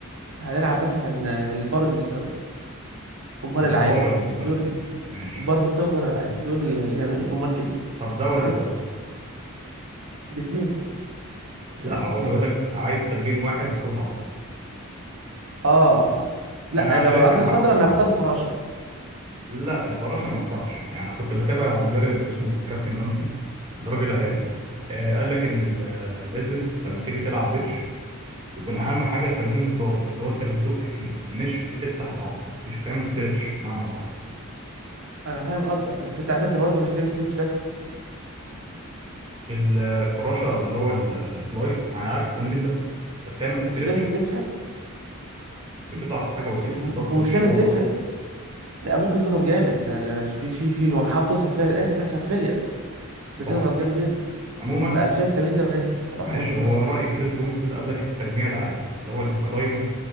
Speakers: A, on the right; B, on the right.
A: هنلعب مثلا آه، البار المستوي والبار
B: البار
A: العالي
B: المستوي
A: دول
B: ماشي
A: البار المستوي والبار العالي دول جم- جمال جدا
B: طب ده ولا
A: تمام
B: ده
A: الاثنين الاثنين
B: لا هو بيقول لك عايز تمرين واحد لكل عضله
A: اه لا
B: انا
A: لو
B: شايف
A: العض
B: الاحسن
A: الصدر انا هختار الفراشه
B: لا الفراشه ما ينفعش يعني كنت بتابع مدرب اسمه كابتن جانتي ده راجل عراقي
A: م.
B: آه قال لك ان ال- لازم لما تيجي تلعب بنش يكون اهم حاجه التمرين الضاغط اللي هو انت بتزق فيه مش بتفتح العضله مش بتعمل استرتش معنى اصح
A: انا فاهم قصدك بس انت على فكره برضه مش بتعمل ستيتش بس
B: الفراشه او اللي هو ال- الفلاي يعني عارف التمرين ده انت بتعمل استرتش
A: ما انتش بتعمل ستيتش بس
B: بتضع
A: م.
B: حاجه بسيطه
A: و-
B: الضغط
A: ومش
B: مش
A: تعمل
B: هو
A: ستيتش
B: الافضل
A: بس لا ممكن تضغط جامد لان في في في محاولة توصل فيها للاخر تحصل فيلير بتضغط
B: صح
A: جامد جدا
B: عموما
A: لا انا شايف التمرين ده مناسب الصراحه
B: ماشي
A: من وجهه
B: هو
A: نظري
B: راي كريس بومستد قال لك التجميع العالي اللي هو الانكلاين